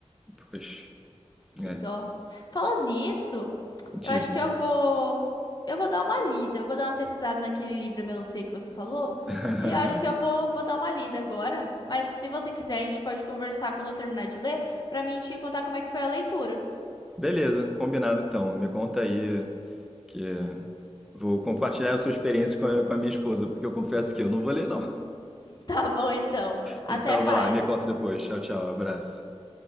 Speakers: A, in the centre; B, on the left.
A: Pois,
B: Que
A: é.
B: dó. Falando nisso,
A: Diga-me.
B: eu acho que eu vou. Eu vou dar uma lida, eu vou dar uma pesquisada naquele livro Melancia que você falou.
A: <laughs>
B: E eu acho que eu vou, vou dar uma lida agora. Mas se você quiser, a gente pode conversar quando eu terminar de ler, pra mim te contar como é que foi a leitura. <laughs>
A: Beleza, combinado então. Me conta aí que vou compartilhar a sua experiência com a, com a minha esposa, porque eu confesso que eu não vou ler, não.
B: Tá bom, então. Até
A: Então,
B: mais.
A: vai lá, me conta depois. Tchau, tchau, abraço.